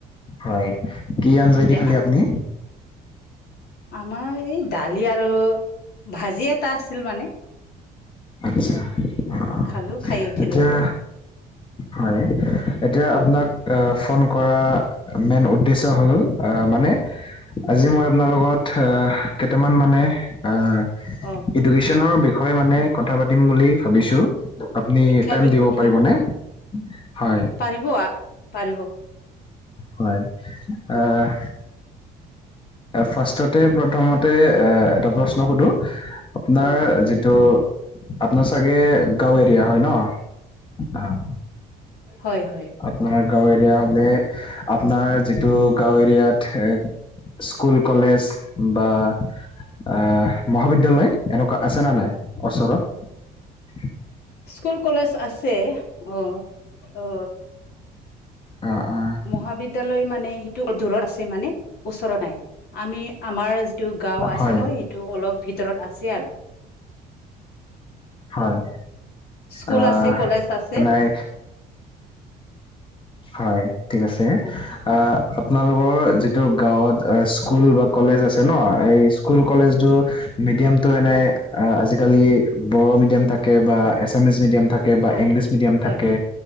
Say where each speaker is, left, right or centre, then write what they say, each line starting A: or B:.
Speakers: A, on the left (about 30°); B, on the left (about 70°).
A: -হয় কি আঞ্জাইদি
B: দে
A: খালি আপনি?
B: আমাৰ এই দালি আৰু ভাজি এটা আছিল মানে।
A: আচ্ছা।
B: অ
A: অ
B: খালো খাই উঠিলো
A: এতিয়া হয় এতিয়া
B: উম
A: আপোনাক অহ ফোন কৰা মেইন উদ্দেশ্য হ'ল মানে আজি মই আপোনাৰ লগত কেইটামান মানে অ',
B: অ
A: এডুকেশ্বনৰ বিষয়ে মানে কথা পাতিম বুলি ভাবিছো। আপনি
B: শিক্ষাৰ
A: টাইম
B: বিষয়
A: দিব
B: শ
A: পাৰিবনে? হয়।
B: পাৰিব আ পাৰিব।
A: হয়,
B: দে
A: আহ ফাৰ্ষ্টতে প্ৰথমতে এ এটা প্ৰশ্ন সোধো? আপোনাৰ
B: অ
A: যিটো আপোনাৰ চাগে গাওঁ এৰিয়া হয় ন' অহ।
B: হয় হয়
A: আপোনাৰ
B: অ
A: গাঁও এৰিয়া হলে আপোনাৰ যিটো গাঁও এৰিয়াত স্কুল কলেজ বা। আহ মহাবিদ্যালয় এনেকুৱা আছে না নাই ওচৰত।
B: স্কুল কলেজ আছে অ অ।
A: অ', অ',
B: মহাবিদ্যালয় মানে সেইটো দূৰত আছে মানে ওচৰত নাই আমি। আমাৰ যিটো গাও আছে
A: হয়,
B: ন সিটো অলপ ভিতৰত আছে আৰু।
A: হয়।
B: স্কুল
A: আহ
B: আছে কলেজ আছে।
A: নাই হয় ঠিক আছে
B: উম
A: আ
B: অ
A: আপোনালোকৰ যি। এইটো গাঁৱত অ স্কুল বা কলেজ আছে ন এই স্কুল কলেজ বুৰ মিডিয়ামতটো এনে অ আজিকালি বড়ো মিডিয়াম থাকে বা এছামিছ মিডিয়াম। থাকে বা
B: অ
A: ইংলিছ মিডিয়াম
B: হয়
A: থাকে